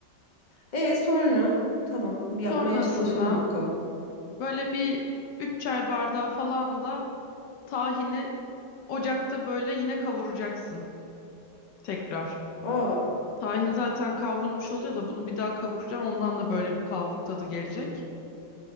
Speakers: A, on the left; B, on the left.
A: E sonra tamam bir
B: Sonrasında
A: yapmaya çalışalım bakalım.
B: böyle bir 3 çay bardağı falan da tahini ocakta böyle yine kavuracaksın tekrar.
A: Aa,
B: Tahin zaten kavrulmuş oluyor da bunu bir daha kavuracaksın. Ondan da böyle bir kavruk tadı gelecek.